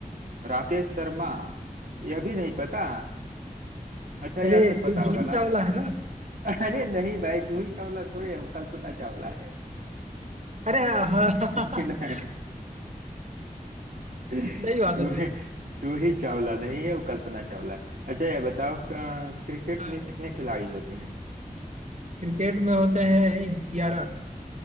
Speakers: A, on the right; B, on the right.
A: राकेश शर्मा यह भी नहीं पता अच्छा यह
B: अरे
A: तो पता
B: तो जूही
A: होगा जूही
B: चावला
A: ना
B: है ना
A: अरे नहीं भाई जूही चावला थोड़े है वो कल्पना चावला है
B: अरे हाँ
A: <laughs> ना
B: <laughs>
A: जूही
B: सही बात है सही बात
A: जूही चावला नहीं है वो कल्पना चावला है अच्छा यह बताओ क- क्रिकेट
B: है। हाँ
A: में कितने खिलाड़ी होते हैं
B: क्रिकेट में होते हैं ग्यारह